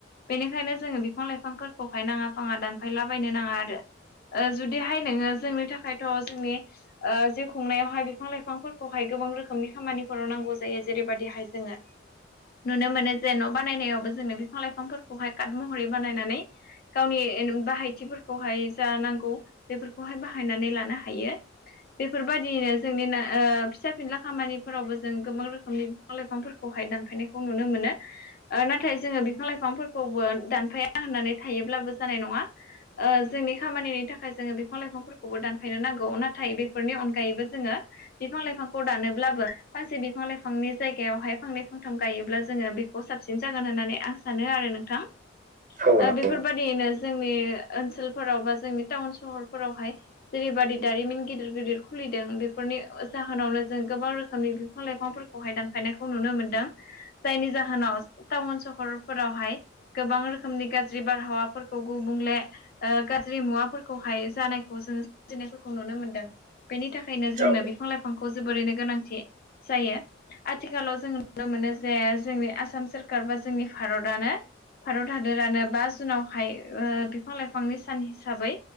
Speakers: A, on the left (about 55°); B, on the right (about 45°).
A: बेनिखायनो जोङो बिफां लाइफांफोरखौहाय नाङा फाङा दानफायलाबायनो नाङा आरो ओ जुदिहाय नोङो जोंनि थाखायथ जोंनि ओ जिउ खुंनायावहाय बिफां लाइफांफोरखौहाय गोबां रोखोमनि खामानिफोराव नांगौ जायो जेरैबायदिहाय जोङो नुनो मोनो जे न' बानायनायावबो जोंनो बिफां लाइफांफोरखौहाय काट महरै बानायनानै गावनि बाहायथिफोरखौहाय जा नांगौ बेफोरखौहाय बाहायनानै लानो हायो बेफोरबायदियैनो जोंनि ओ फिसा फिनला खामानिफोरावबो जों गोबां रोखोमनि बिफां लाइफांफोरखौहाय दानफायनायखौ नुनो मोनो ओ नाथाय जोङो बिफां लाइफांफोरखौबो दानफाया होननानै थायोब्लाबो जानाय नङा ओ जोंनि खामानिनि थाखाय जोङो बिफां लाइफांफोरखौबो दानफायनो नांगौ नाथाय बे फोरनि अनगायैबो जोङो बिफां लाइफांखौ दानोब्लाबो फांसे बिफां लाइफांनि जायगायावहाय फांनै फांथाम गायोब्ला जोङो बे खौ साबसिन जागोन होननानै आं सानो आरो नोंथां दा
B: औ नंगौ
A: बेफोरबायदियैनो जोंनि ओनसोलफोराव बा जोंनि टाउन सहरफोरावहाय जेरैबादि दारिमिन गिदिर गिदिर खुलिदों बेफोरनि जाहोनावनो जों गोबां रोखोमनि बिफां लाइफांफोरखौहाय दानफायनायखौ नुनो मोनदों जायनि जाहोनाव टाउन सहरफोरावहाय गोबां रोखोमनि गाज्रि बारहावा फोरखौ गुबुंले ओ गाज्रि मुवाफोरखौहाय जानायखौ जोङो जानायफोरखौ नुनो मोनदों बेनि थाखायनो जोंनो
B: औ
A: बिफां लाइफांखौ जोबोरैनो गोनांथि जायो आथिखालाव जों नुनो मोनो जे जोंनि आसाम सोरखार बा जोंनि भारतआनो भारत हादोरानो बा जुनावहाय ओ बिफां लाइफांनि सान हिसाबै